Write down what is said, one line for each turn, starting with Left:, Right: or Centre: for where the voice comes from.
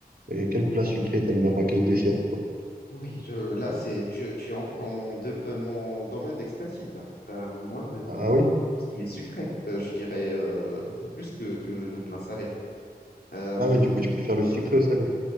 Right: Et quel plat sucré t'aimes bien? Enfin, quel dessert, quoi.
Left: Oui, je, là, c'est, tu, tu entres dans mon, dom- euh, mon domaine d'expertise, là. Euh, moi, je-
Right: Ah
Left: j'aime
Right: oui?
Left: beaucoup tout ce qui est sucré, Euh, je dirais euh, beaucoup plus que, que le plat salé. Euh,
Right: Ah ouais, du coup, tu préfères le sucré au salé.